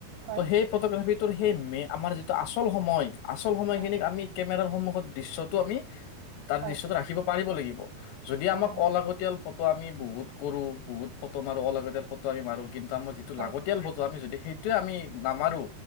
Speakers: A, on the right (about 75°); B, on the left (about 80°).
A: হয়
B: ত' সেই ফটোগ্ৰাফী সেই মে আমাৰ যিটো আচল সময় আচল সময়খিনিক
A: হয়
B: আমি কেমেৰাৰ সন্মুখত দৃশ্যটো আমি তাৰ
A: হয়
B: দৃশ্যটো ৰাখিব পাৰিব লাগিব। যদি
A: হয়
B: আমাক
A: হয়
B: অলাগতিয়াল ফটো আমি বহুত কৰো, বহুত ফটো মাৰো অলাগতিয়াল ফটো আমি মাৰো কিন্তু আমাৰ যিটো
A: হয়
B: লাগতিয়াল বুজো আমি যদি সেইটোয়ে আমি নামাৰো